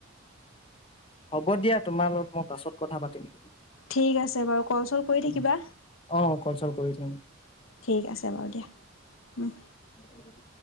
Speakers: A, on the left; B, on the left.
A: হ'ব দিয়া তোমাৰ লগত মই পাছত কথা পাতিম।
B: ঠিক আছে বাৰু কল চল কৰি
A: <unintelligible>
B: থাকিবা
A: অ', কল-চল কৰি থাকিম।
B: ঠিক আছে বাৰু দিয়া, উম।
A: উ।